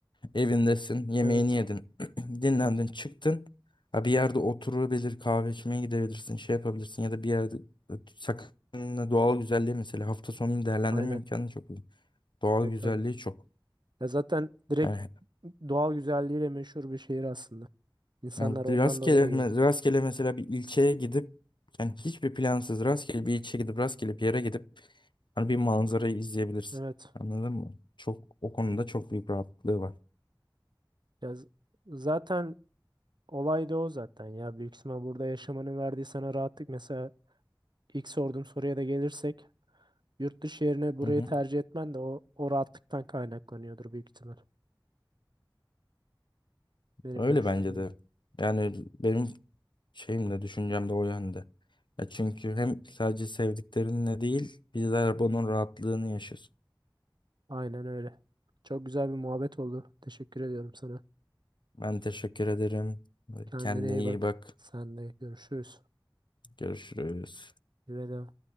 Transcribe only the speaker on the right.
Evet.
Aynen.
Evet
evet.
Ya zaten direkt
doğal güzelliğiyle meşhur bir şehir aslında. İnsanlar
ondan
dolayı geliyor.
Evet.
Ya z- zaten olay da o zaten ya. Büyük ihtimal burada yaşamanın verdiği sana rahatlık. Mesela ilk sorduğum soruya da gelirsek yurt dışı yerine burayı
tercih etmen de o, o rahatlıktan kaynaklanıyordur büyük ihtimal. Benim
görüşüm
böyle.
Aynen öyle. Çok güzel bir muhabbet oldu. Teşekkür ediyorum sana.
Kendine
iyi
bak.
Sen de görüşürüz.
Veda.